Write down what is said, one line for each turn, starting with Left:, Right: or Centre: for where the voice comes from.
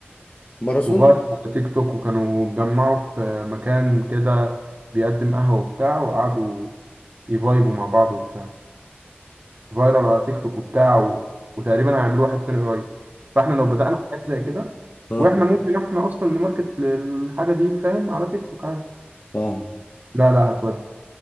Left: ماراثون
Right: وبقى على تيك توك وكانوا اتجمعوا في آه، مكان كده بيقدم قهوة وبتاع وقعدوا يفايبوا مع بعض وبتاع فايرال على تيك توك وبتاع و... وتقريبا هيعملوا واحد تاني قريب فاحنا لو بدأنا حاجات زي كده
Left: اه
Right: واحنا ممكن احنا اصلا نماركت للحاجة دي فاهم على تيك توك عادي
Left: فاهم
Right: لا لا هتودي